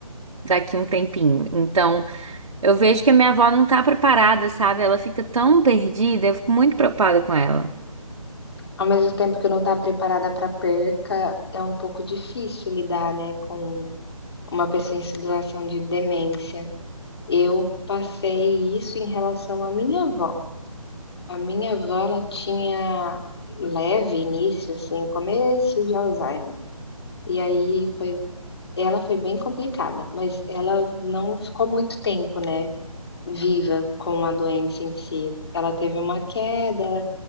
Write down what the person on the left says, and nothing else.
Ao mesmo tempo que não tá preparada pra perca, é um pouco difícil lidar, né, com uma pessoa em situação de demência. Eu passei isso em relação à minha avó. A minha avó, ela tinha leve início, assim, o começo de Alzheimer. E aí foi Ela foi bem complicada, mas ela não ficou muito tempo, né, viva com a doença em si. Ela teve uma queda,